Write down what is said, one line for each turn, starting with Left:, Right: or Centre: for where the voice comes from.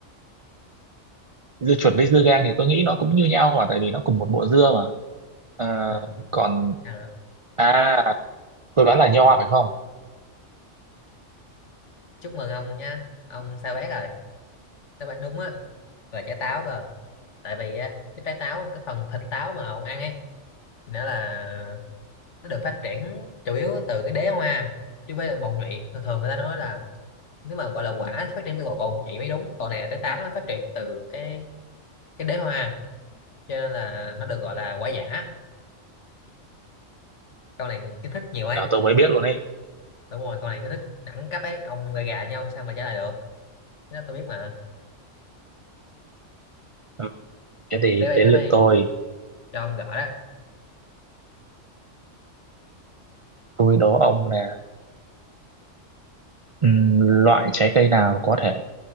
Right: dưa chuột với dưa gang thì tôi nghĩ nó cũng như nhau mà tại vì nó cùng một bộ dưa mà à,
Left: ừ.
Right: còn
Left: nào nào.
Right: à tôi đoán là nho phải không
Left: chúc mừng ông nha ông sao bét rồi đáp án đúng á là trái táo cơ tại vì á cái trái táo cái phần thịt táo mà ông ăn ấy thì nó là nó được phát triển chủ yếu từ cái đế hoa chứ không phải là bầu nhụy thường thường người ta nói là nếu mà gọi là quả phát triển từ bầu bầu nhụy mới đúng còn này là trái táo nó phát triển từ cái cái đế hoa cho nên là nó được gọi là quả giả con này kiến thức nhiều ấy
Right: là tôi mới biết luôn ấy
Left: đúng rồi con này kiến thức đẳng cấp ấy ông gà gà nhau sao mà trả lời được cái đó tôi biết mà
Right: ừ. thế thì
Left: tới đây
Right: đến
Left: tới
Right: lượt
Left: đây
Right: tôi
Left: cho ông gõ đó
Right: tôi đố ông là ừ, loại trái cây nào có thể